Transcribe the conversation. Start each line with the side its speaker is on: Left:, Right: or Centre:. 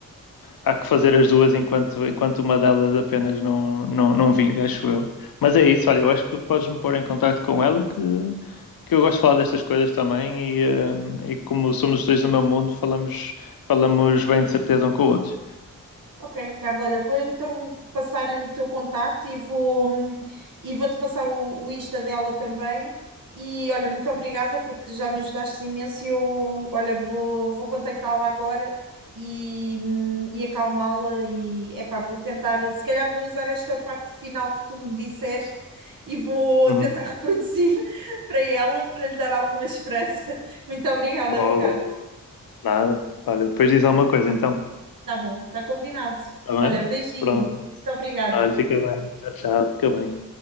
Left: há que fazer as duas enquanto, enquanto uma delas apenas não, não, não vinga, acho eu. Mas é isso, olha, eu acho que podes-me pôr em contacto com ela que, que eu gosto de falar destas coisas também e, eh, e como somos os dois do meu mundo, falamos, falamos bem de certeza um com o outro.
Right: Ok, Ricardo, olha, vou então passar-lhe o teu contacto e vou e vou-te passar o, o Insta dela também. E olha, muito obrigada porque já me ajudaste imenso. e Eu, olha, vou, vou contactá-la agora e, hum, e acalmá-la. E epá, vou tentar, se calhar vou usar esta parte final que tu me disseste e vou
Left: Uhum.
Right: tentar reproduzir <laughs> para ela, para lhe dar alguma esperança. Muito obrigada,
Left: Bom,
Right: Ricardo.
Left: nada. Olha, depois diz alguma coisa então.
Right: Tá bom, tá combinado.
Left: Tá bem?
Right: Olha, beijinho,
Left: Pronto.
Right: muito obrigada.
Left: Olha, fica bem. Tchau, tchau. Fica bem.